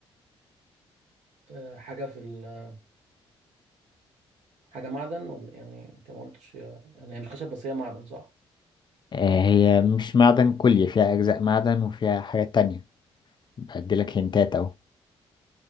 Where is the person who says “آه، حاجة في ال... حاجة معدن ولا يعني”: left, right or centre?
Right